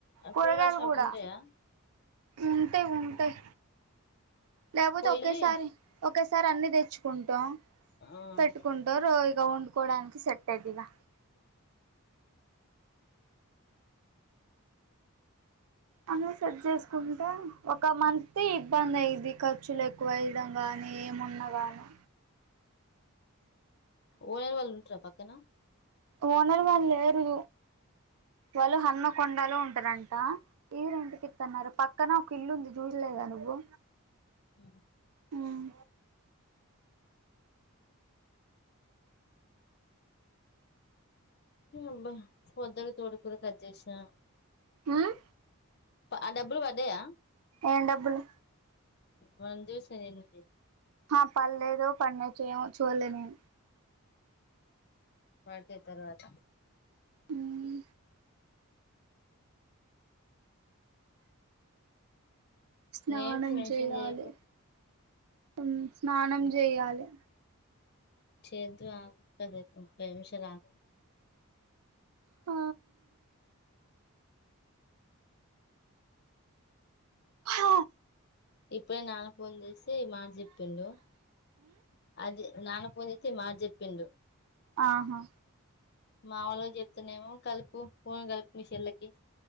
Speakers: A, on the left; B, on the right.
A: ఆహ్
B: కూరగాయలు
A: కూరగాయల షాపులు
B: కూడా
A: ఉంటాయ.
B: ఉంటాయి ఉంటాయి లేకపోతే
A: పోయి
B: ఒకేసారి. ఒకే సారి అన్ని తెచ్చుకుంటాం
A: ఆ
B: పెట్టుకుంటాం. అందరు ఇగ వండుకోవడానికి సెట్ అయ్యొద్ది ఇగా. అందరూ సెట్ చేసుకుంటే ఒక మంత్ ఇబ్బంది అయిద్ది ఖర్చులు ఎక్కువై. రం కానీ ఏమున్నా కానీ.
A: ఓ వేరే వాళ్ళు ఉంటార పక్కన.
B: ఓనర్ వాళ్ళు లేరు. వాళ్ళు హన్మకొండలో ఉంటారంట ఇది రెంట్. రెంటుకిత్తా అన్నారు పక్కన ఒక ఇల్లు ఉంది చూడలేదా నువ్వు.
A: ఉమ్.
B: ఉమ్
A: అబ్బా పొద్దున తోటకూర కట్ చేసినా.
B: ఆహ్.
A: ఆ డబ్బులు పడ్డాయా
B: ఏం డబ్బులు
A: వంద్ దిసేనుతే <unintelligible>
B: ఆ పడలేదు పడినయో ఏమో చూడలే నేను
A: పడితయి తర్వాత
B: ఉమ్ స్నానం
A: నేమ్స్ మెన్షన్
B: చేయాలి
A: చేయకు
B: ఉం స్నానం చేయాలి
A: చేదువు ఆగు పది నీమిషాలు ఆగు
B: ఆ హ
A: ఇప్పుడే నానపోన్ చేసి ఈ మాట చెప్పిండు అది నాన్న ఫోన్ చేస్తే ఈ మాట చెప్పిండు
B: ఆహా
A: మా వాళ్ళకి చెప్తేనేమో కలుపు పోను కలుపు మీ చెల్లకి